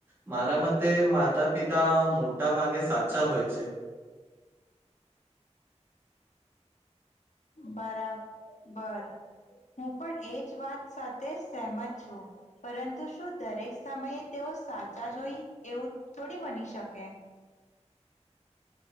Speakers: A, on the right (about 20°); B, on the left (about 90°).
A: મારા મતે માતા પિતા મોટા ભાગે સાચા હોય છે.
B: બરા બર હું પણ એજ વાત સાચ તે સહમત છું પરંતુ શું દરેક સમયે તેઓ સાચા જોઈ એવું થોડી બની શકે?